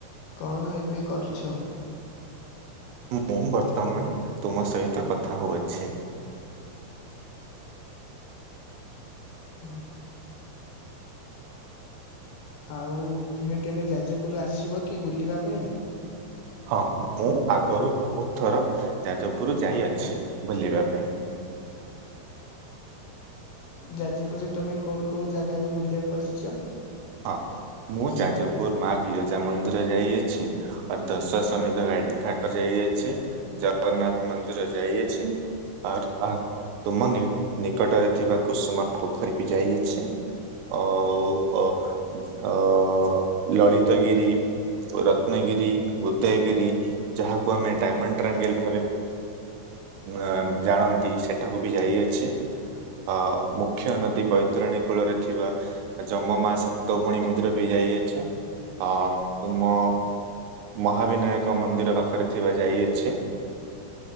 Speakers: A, on the left; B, on the right.
A: କଣ ଏବେ କରୁଛ?
B: ମୁଁ ବର୍ତ୍ତମାନ ତୁମ ସହିତ କଥା ହଉଅଛି।
A: ହଁ। ଆଉ ତୁମେ କେବେ ଯାଜପୁର ଆସିବ କି ବୁଲିବା ପାଇଁ?
B: ହଁ ମୁଁ ଆଗରୁ ବହୁତ ଥର ଯାଜପୁର ଯାଇ ଅଛି ବୁଲିବା ପାଇଁ।
A: ଯାଜପୁରରେ ତମେ କୋଉ କୋଉ ଜାଗାକୁ ବୁଲିବାକୁ ଆସିଚ?
B: ହଁ। ମୁଁ ଯାଜପୁର ମା ବିରଜା ମନ୍ଦିର ଯାଇଅଛି ଅ ଦଶ ସମେତ ଗାଡି ଘାଟ ଯାଇଅଛି। ଜଗନ୍ନାଥ ମନ୍ଦିର ଯାଇଅଛି। ଆର ଆ ତୁମ ନିକଟରେ ଥିବା କୁସୁମ ପୋଖରୀ ବି ଯାଇଅଛି। ଆଉ ଅ ଅ ଲଳିତଗିରି ଓ ରତ୍ନଗିରି, ଉଦୟଗିରି ଯାହାକୁ ଆମେ ଡାଇମଣ୍ଡ ଟ୍ରାଙ୍ଗେଲ ଭାବେ ଆ ଜାଣନ୍ତି ସେଠାକୁ ବି ଯାଇଅଛି। ହଁ ମୁଖ୍ୟ ନଦୀ ବୈତରଣୀ କୂଳରେ ଥିବା ଯମ ମା ସ ତ ଗୁଣୀ ମନ୍ଦିର ବି ଯାଇଅଛି ଆ ତୁମ ମହାବିନାୟକ ମନ୍ଦିର ପାଖରେ ଥିବା ଯାଇଅଛି।